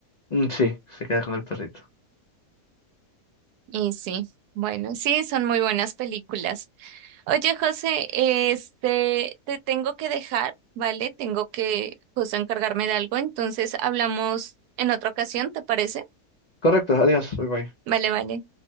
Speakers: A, on the left; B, on the right.
A: Mm, Sí, se queda con el perrito.
B: Y sí, bueno, sí, son muy buenas películas. Oye, José, este, te tengo que dejar, ¿vale? Tengo que justo encargarme de algo, entonces hablamos en otra ocasión, ¿te parece?
A: Correcto, adiós, bye bye.
B: Vale, vale.